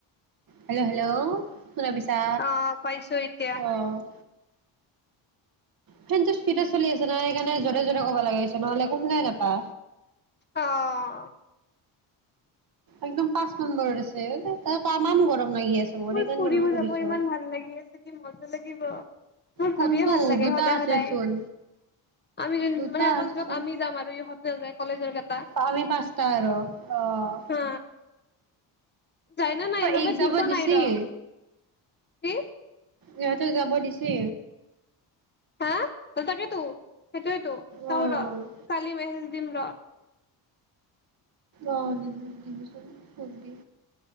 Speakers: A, on the right; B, on the left.
A: Hello hello. শুনা পাইছা
B: অ', পাইছো এতিয়া
A: অ'। ফেনটো স্পীডত চলি আছে নহয়, সেইকাৰণে যৰে যৰে ক'ব লগা হৈছে নহ'লে একো শুনাই নাপা।
B: অ'।
A: একদম পাঁচ নম্বৰ আছে, একে তামাম গৰম। লাগি আছে
B: মোৰ
A: সেইকাৰণে
B: ফুৰিব
A: মই থৈ
B: যাব
A: দিছো।
B: ইমান ভাল লাগি আছে যি মজা লাগিব। মোৰ
A: কোনটো
B: ভাবিয়ে ভাল লাগে
A: দুটা
B: সদায়
A: আছে
B: সদায়,
A: চোন
B: আমি যোন
A: দুটা
B: মানে অকল
A: আছে।
B: য'ত আমি যাম আৰু ইহ আছে যে কলেজৰ কেতা
A: আমি পাঁচটা আৰু অ'
B: হা যায় না নাই
A: অ'
B: ইহঁতে
A: এইক
B: ঠিক
A: যাব
B: পোৱা
A: দিছি।
B: নাই ৰ
A: কি?
B: কি?
A: ইহঁতে যাব দিছি?
B: হা, অ তাকেটো। সেইটোয়েটো। চাও
A: অ'।
B: ৰহ কালি মেছেজ দিম ৰ।
A: অ, দিবি দিমিছোন ধূপ দি।